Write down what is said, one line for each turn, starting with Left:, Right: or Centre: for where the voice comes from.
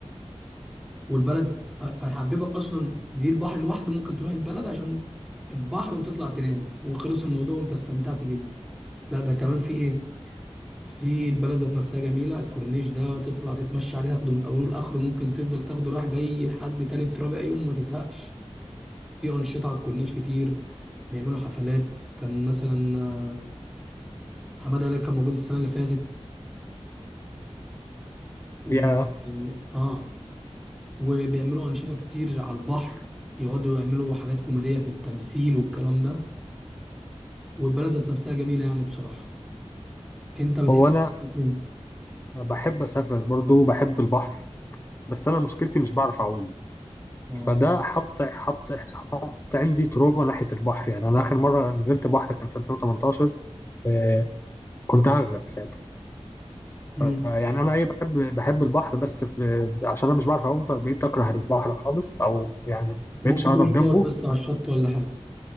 Centre: والبلد ف- فهيحببك اصلا دي البحر لوحده ممكن تروح البلد عشان البحر وتطلع تنام وخلص الموضوع وانت استمتعت جدا لا ده كمان في ايه في البلد ذات نفسها جميله الكورنيش ده تطلع تتمشى عليه تاخده من اوله لاخره ممكن تفضل تاخده رايح جاي لحد تالت رابع يوم وما تزهقش في انشطه على الكورنيش كتير بيعملوا حفلات كان مثلا آه، حماده هلال كان موجود السنه اللي فاتت و...
Left: يا
Centre: اه آه، وبيعملوا انشطه كتير على البحر يقعدوا يعملوا حاجات كوميديه بالتمثيل والكلام ده والبلد ذات نفسها جميله يعني بصراحه انت بتحب
Left: هو انا
Centre: إيه؟
Left: بحب اسافر برضو بحب البحر بس انا مشكلتي مش بعرف اعوم
Centre: اه
Left: فده حط حط حط عندي تروما ناحيه البحر يعني انا اخر مره نزلت بحر كان في 2018 آه، كنت هغرق ساعتها
Centre: مم.
Left: آه، يعني انا ايه بحب بحب البحر بس في عشان انا مش بعرف اعوم فبقيت اكره البحر خالص او يعني
Centre: ممكن
Left: مبقتش اقرب
Centre: تروح
Left: جنبه
Centre: تقعد بس على
Left: بس
Centre: الشط ولا حاجه